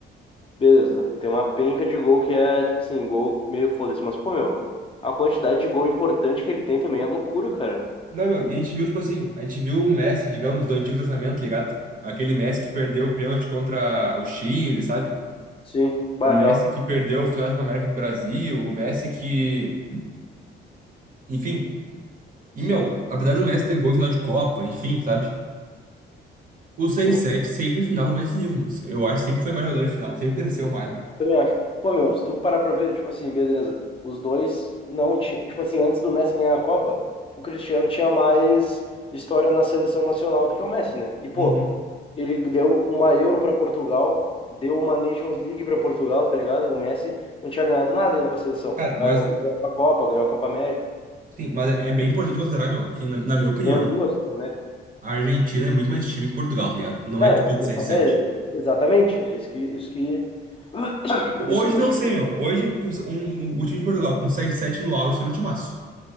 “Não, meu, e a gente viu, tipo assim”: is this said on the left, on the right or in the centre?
Right